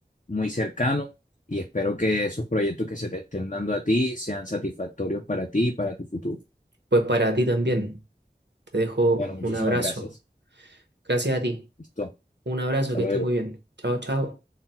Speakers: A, on the left; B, on the right.
A: muy cercano y espero que esos proyectos que se te estén dando a ti sean satisfactorios para ti y para tu futuro.
B: Pues para ti también. Te dejo
A: Bueno, muchísimas
B: un abrazo.
A: gracias.
B: Gracias a ti.
A: Listo.
B: Un abrazo,
A: Hasta
B: que
A: luego.
B: esté muy bien. Chao, chao.